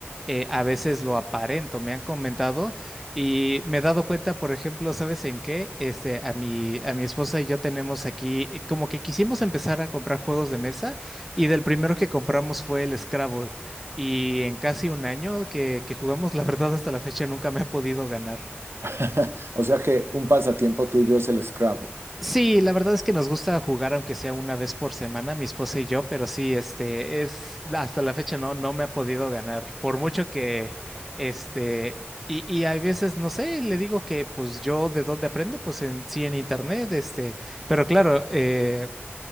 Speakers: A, in the centre; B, on the right (about 65°).
A: eh, a veces lo aparento, me han comentado y me he dado cuenta, por ejemplo, ¿sabes en qué? Este, a mi, a mi esposa y yo tenemos aquí, eh, como que quisimos empezar a comprar juegos de mesa. Y del primero que compramos fue el Scrabble. Y en casi un año que, que jugamos, la verdad hasta la fecha nunca me ha podido ganar.
B: <laughs> O sea que un pasatiempo tuyo es el Scrabble.
A: Sí, la verdad es que nos gusta jugar aunque sea una vez por semana, mi esposa y yo, pero sí, este, es, hasta la fecha no, no me ha podido ganar. Por mucho que, este, y, y hay veces, no sé, le digo que pues yo de dónde aprendo, pues en, sí en internet, este, pero claro, eh,